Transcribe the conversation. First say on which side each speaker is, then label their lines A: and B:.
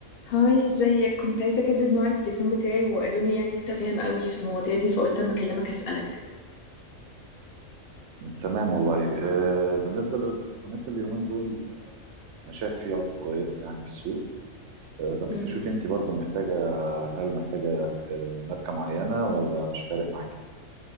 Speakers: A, on the left; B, on the right.
A: هاي ازيك كنت عايزة اجدد نوع التليفون بتاعي وقالوا لي يعني انت فاهم قوي في المواضيع دي فقلت اما اكلمك اسألك
B: تمام والله آه، بالنسبة للتليفونات اليومين دول أنا شايف في عروض كويسة يعني في السوق آه، بس
A: مم.
B: شوفي أنت برضو محتاجة هل محتاجة آه، ماركة معينة ولا مش فارق معاكي